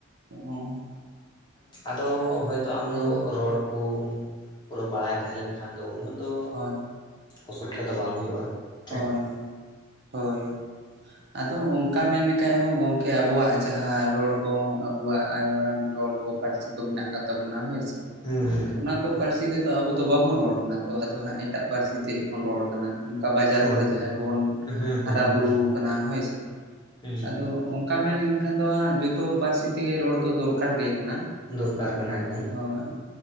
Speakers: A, on the right; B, on the left.
A: ᱚ
B: ᱟᱫᱚ ᱦᱳᱭᱛᱚ ᱟᱢ ᱫᱚ
A: ᱢᱟ
B: ᱨᱚᱲ ᱠᱚᱢ ᱯᱩᱨᱟᱹ ᱵᱟᱲᱟᱭ ᱛᱟᱦᱮᱸ ᱞᱮᱱ ᱠᱷᱟᱱ ᱫᱚ ᱩᱱᱟᱹᱜ ᱫᱚ
A: ᱦᱳᱭ ᱾
B: ᱚᱥᱩᱵᱤᱫᱷᱟ ᱫᱚ ᱵᱟᱝ ᱦᱩᱭᱩᱜ-ᱟ ᱾
A: ᱦᱳᱭ ᱦᱳᱭ ᱦᱳᱭ ᱾ ᱟᱫᱚ ᱚᱝᱠᱟ ᱢᱮᱱ ᱞᱮᱠᱷᱟᱡ ᱦᱚᱸ ᱜᱚᱝᱠᱮ ᱟᱵᱚᱣᱟᱜ ᱡᱟᱦᱟᱸ ᱨᱚᱲ ᱠᱚ ᱟᱵᱚᱣᱟᱜ ᱟᱭᱳ ᱟᱲᱟᱝ ᱨᱚᱲ ᱠᱚ ᱯᱟᱹᱨᱥᱤ ᱠᱚ ᱢᱮᱱᱟᱜ ᱠᱟᱫ ᱛᱟᱵᱚᱱᱟ ᱦᱳᱭ ᱥᱮ᱾
B: ᱦᱩᱸ ᱦᱩᱸ ᱾
A: ᱚᱱᱟ ᱠᱚ ᱯᱟᱹᱨᱥᱤ ᱛᱮᱫᱚ ᱟᱵᱚᱫᱚ ᱵᱟᱵᱚᱱ ᱨᱚᱲ ᱠᱟᱱᱟ, ᱛᱚ ᱟᱫᱚ ᱦᱟᱸᱜ ᱮᱴᱟᱜ ᱯᱟᱹᱨᱥᱤ ᱛᱮ ᱵᱚᱱ ᱨᱚᱲ ᱠᱟᱱᱟ᱾ ᱠᱟ ᱵᱟᱡᱟᱨ
B: ᱦᱳᱭ
A: ᱠᱚᱨᱮ ᱡᱟᱦᱟᱸᱭ
B: ᱦᱳᱭ
A: ᱠᱚᱵᱚᱱ
B: ᱦᱩᱸ ᱦᱩᱸ
A: ᱦᱟᱨᱟ
B: ᱦᱩᱸ
A: ᱵᱩᱨᱩ ᱠᱟᱱᱟ ᱦᱳᱭ ᱥᱮ
B: ᱦᱩᱸ
A: ᱟᱫᱚ ᱚᱝᱠᱟ ᱢᱮᱱ ᱞᱮᱱᱠᱷᱟᱱ ᱫᱚ ᱦᱟᱸᱜ ᱡᱚᱛᱚ ᱯᱟᱹᱨᱥᱤ ᱛᱮᱜᱮ ᱨᱚᱲ ᱫᱚ ᱫᱚᱨᱠᱟᱨ ᱜᱮ ᱠᱟᱱᱟ᱾
B: ᱫᱚᱨᱠᱟᱨ ᱠᱟᱱᱟ ᱮᱠᱫᱚᱢ᱾
A: ᱦᱳᱭ